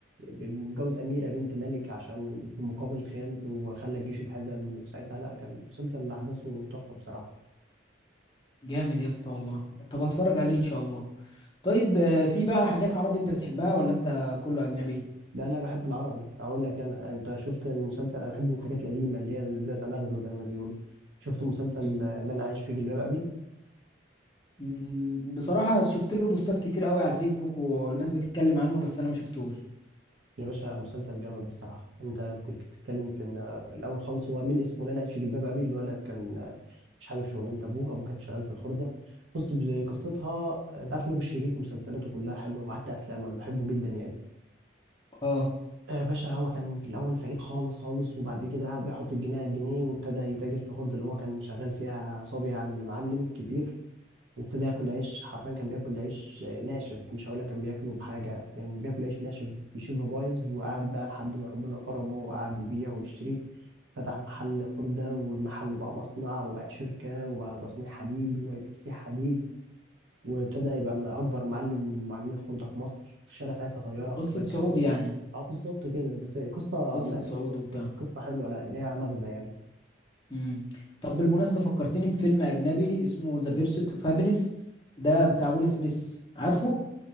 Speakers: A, on the right; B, on the left.
A: متجوز أميرة بنت ملك عشان في مقابل خيانته وخلى الجيش اتهزم وساعتها لا كان مسلسل اللي أحداثه تحفة بصراحة
B: جامد يا اسطى والله طب هتفرج عليه ان شاء الله طيب آه، في بقى حاجات عربي انت بتحبها ولا انت كله اجنبي
A: لا لا بحب العربي أقول لك أنا أنت شفت مسلسل أنا بحب الحاجات القديمة اللي هي ذات مغزى زي ما بيقولوا شفت مسلسل
B: امم
A: آه، اللي أنا عايش فيه جلباب أبي
B: أمم، بصراحه شفت له بوستات كتير قوي على الفيسبوك وناس بتتكلم عنه بس انا ما شفتوش
A: يا باشا مسلسل جامد بصراحة انت بتك- بتتكلم في ان الاول خالص هو من اسمه لنا عايش في جلباب ابي الولد كان مش حابب شغلانة ابوه ابوه كان شغال في الخردة بص ب- قصتها انت عارف نور الشريف مسلسلاته كلها حلوة وحتى افلامه انا بحبه جدا يعني
B: اه
A: آه، باشا هو كان في الاول فقير خالص خالص وبعد كده قعد بيحط الجنيه على الجنيه وابتدى يتاجر في الخردة اللي هو كان شغال فيها صبي عند معلم كبير وابتدى ياكل عيش حرفيا كان بياكل عيش آه، ناشف مش هقول لك كان بياكله بحاجه يعني كان بياكل عيش ناشف شبه بايظ وقعد بقى لحد ما ربنا كرمه وقعد يبيع ويشتري فتح محل خردة والمحل بقى مصنع وبقى شركة وبقى تصنيع حديد وتسييح حديد وابتدى يبقى من أكبر معلم من معلمين الخردة في مصر والشارع ساعتها طيارة في
B: قصه
A: كفاكها
B: صعود يعني
A: اه بالظبط كده بس قصة
B: قصه
A: مأس
B: صعود وبتاع
A: بس قصة حلوة لا ليها مغزى يعني
B: مم. طب بالمناسبة فكرتني بفيلم أجنبي اسمه ذا بيرسوت اوف هابينس ده بتاع ويل سميث عارفه